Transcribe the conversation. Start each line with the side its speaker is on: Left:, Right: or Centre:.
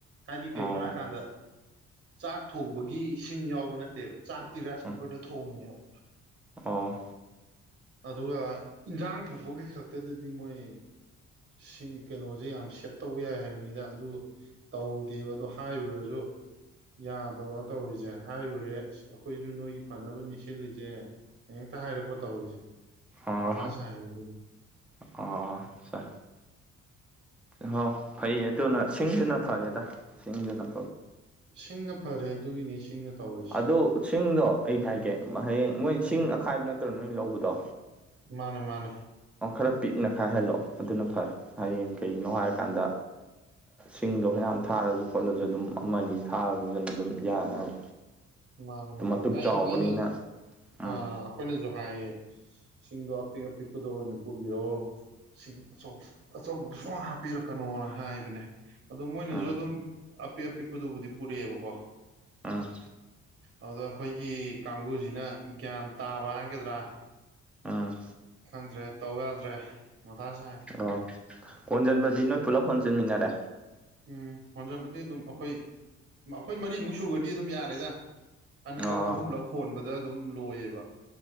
Right: ꯍꯥꯏꯗꯤ ꯀꯩꯒꯤꯅꯣ
Centre: ꯑꯣ
Right: ꯍꯥꯏꯀꯥꯟꯗ ꯆꯥꯛ ꯊꯣꯡꯕꯒꯤ ꯏꯁꯤꯡ ꯌꯥꯎꯕ ꯅꯠꯇꯦꯕ ꯆꯥꯛꯇꯤ ꯔꯥꯏꯁ ꯀꯨꯀꯔꯗ
Centre: ꯎꯝ
Right: ꯊꯣꯡꯉꯤꯅꯦꯕ
Centre: ꯑꯣ
Right: ꯑꯗꯨꯒ ꯏꯟꯖꯥꯡ ꯊꯣꯛꯄꯒꯤꯩ ꯈꯛꯇꯗꯗꯤ ꯃꯣꯏ ꯁꯤ ꯀꯩꯅꯣꯁꯦ ꯌꯥꯝ ꯁꯦꯞ ꯇꯧꯕ ꯌꯥꯏ ꯍꯥꯏꯕꯅꯤꯗ ꯑꯗꯨ ꯇꯧꯗꯦꯕ ꯑꯗꯨꯣ ꯍꯥꯏꯔꯨꯔꯁꯨ ꯌꯥꯗꯕ ꯇꯧꯔꯤꯁꯦ ꯍꯥꯏꯔꯨꯔꯦ ꯑꯁ ꯑꯩꯈꯣꯏꯁꯨ ꯅꯣꯏꯒꯤ ꯐꯅꯕꯅꯤ ꯁꯤꯜꯂꯤꯁꯦ ꯍꯌꯦꯦꯛꯇ ꯍꯥꯏꯔꯛꯄ ꯇꯧꯔꯤꯁꯦ
Centre: ꯑꯣ
Right: ꯃꯊꯥ ꯁꯥꯏ ꯑꯗꯨꯅꯤ
Centre: ꯑꯣ ꯑꯠꯆꯥ ꯍꯣ ꯐꯩꯌꯦ ꯑꯗꯨꯅ ꯁꯤꯡꯗꯨꯅ ꯐꯔꯦꯗ ꯊꯁꯤꯡꯗꯅ
Right: ꯁꯤꯡꯅ ꯐꯔꯦ ꯑꯗꯨꯒꯤꯅꯤ ꯁꯤꯡꯅ ꯇꯧꯔꯤꯁꯤ
Centre: ꯑꯗꯨ ꯁꯤꯡꯗꯣ ꯑꯩ ꯍꯥꯏꯒꯦ ꯍꯌꯦꯡ ꯃꯣꯏ
Right: ꯎꯝ
Centre: ꯁꯤꯡ ꯑꯈꯥꯏꯕ ꯅꯠꯇ꯭ꯔꯣ ꯅꯣꯏ ꯂꯧꯕꯗꯣ
Right: ꯃꯥꯅꯦ ꯃꯥꯅꯦ
Centre: ꯑꯣ ꯈꯔ ꯄꯤꯛꯅ ꯈꯥꯏꯍꯜꯂꯣ ꯑꯗꯨꯅ ꯐꯔꯦ ꯍꯌꯦꯡꯒꯤ ꯀꯩꯅꯣ ꯍꯥꯏꯔꯀꯥꯟꯗ ꯁꯤꯡꯗꯣ ꯍꯩꯅ ꯊꯥꯔꯁꯨ ꯈꯣꯠꯂꯁꯨ ꯑꯗꯨꯝ ꯑꯃꯅꯤ ꯊꯥꯕꯗꯨꯗꯅ ꯑꯗꯨꯝ ꯌꯥꯅꯕ
Right: ꯃꯥꯅꯦ
Centre: ꯑꯗꯨꯝ
Right: ꯃꯥꯅꯦ
Centre: ꯃꯇꯨꯞ
Right: ꯑ ꯑꯩꯅ
Centre: ꯆꯥꯎꯕꯅꯤꯅ ꯎꯝ
Right: ꯑ ꯑꯩꯈꯣꯏꯅꯁꯨ ꯍꯥꯏꯌꯦ ꯁꯤꯡꯗꯣ ꯑꯄꯤꯛ ꯑꯄꯤꯛꯄꯗꯣ ꯑꯣꯏꯅ ꯄꯨꯕꯤꯔꯛꯑꯣ ꯁꯤꯡ ꯑꯆ ꯑꯆꯧꯕꯗꯨ ꯁꯨꯡ ꯍꯥꯞꯄꯤꯔꯛꯀꯅꯣꯅ ꯍꯥꯏꯕꯅꯦ ꯑꯗꯣ ꯃꯣꯏꯅꯁꯨ
Centre: ꯎꯝ
Right: ꯑꯗꯨꯝ ꯑꯄꯤ ꯑꯄꯤꯛꯄꯗꯨꯕꯨꯗꯤ ꯄꯨꯔꯛꯑꯦꯕꯀꯣ
Centre: ꯎꯝ
Right: ꯑꯗꯨꯗ ꯑꯩꯈꯣꯏꯒꯤ ꯀꯥꯡꯕꯨꯨꯁꯤꯅ ꯒ꯭ꯌꯥꯟ ꯇꯥꯕ ꯍꯥꯏꯒꯗ꯭ꯔꯥ
Centre: ꯎꯝ
Right: ꯈꯪꯗ꯭ꯔꯦ ꯇꯧ ꯌꯥꯗ꯭ꯔꯦ ꯃꯥ ꯁꯥꯏ
Centre: ꯑꯣ ꯀꯣꯟꯁꯤꯟꯕꯗꯤ ꯅꯣꯏ ꯄꯨꯂꯞ ꯍꯣꯟ ꯆꯟꯃꯤꯟꯅꯔꯦ
Right: ꯎꯝ ꯍꯣꯟꯖꯃꯗꯤ ꯑꯗꯨꯝ ꯑꯩꯈꯣꯏ ꯑꯩꯈꯣꯏ ꯃꯔꯤꯃꯨꯛ ꯁꯨꯈ꯭ꯔꯗꯤ ꯑꯗꯨꯝ ꯌꯥꯔꯦꯗ ꯑꯅꯤꯔꯛ
Centre: ꯑꯣ
Right: ꯑꯍꯨꯝꯂꯛ ꯍꯣꯟꯕꯗ ꯑꯗꯨꯝ ꯂꯣꯏꯌꯦꯕ